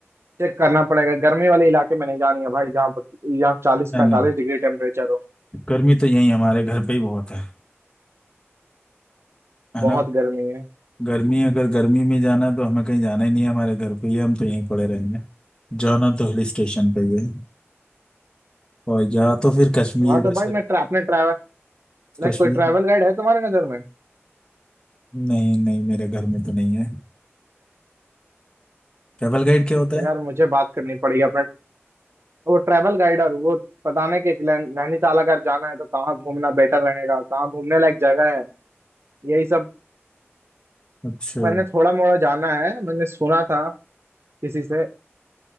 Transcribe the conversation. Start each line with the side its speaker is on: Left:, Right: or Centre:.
Right: चेक करना पड़ेगा गर्मी वाले इलाके में नहीं जानी है भाई जहाँ जहाँ चालीस
Left: नहीं
Right: पैंतालीस
Left: नहीं
Right: डिग्री टेम्परेचर हो
Left: गर्मी तो यही हमारे घर पे ही बहुत है है
Right: बहुत
Left: ना
Right: गर्मी है
Left: गर्मी अगर गर्मी में जाना है तो हमें कहीं जाना ही नहीं है हमारे घर पे ही है, हम तो यहीं पड़े रहेंगे जाना तो हिल स्टेशन पे ही है और या तो फिर कश्मीर
Right: हाँ तो
Left: वैसे
Right: भाई मैं tra- अपने ट्रैवल लाइक
Left: कश्मीर
Right: कोई ट्रैवल गाइड है तुम्हारे नज़र में
Left: नहीं नहीं मेरे घर में तो नहीं है ट्रैवल गाइड क्या होता
Right: तो
Left: है
Right: यार मुझे बात करनी पड़ेगी अपना वो ट्रैवल गाइड और वो बताने के कि नैन- नैनीताल अगर जाना है तो कहाँ घूमना बेटर रहेगा कहाँ घूमने लायक जगह है यही सब
Left: अच्छा
Right: मैंने थोड़ा मोड़ा जाना है मैंने सुना था किसी से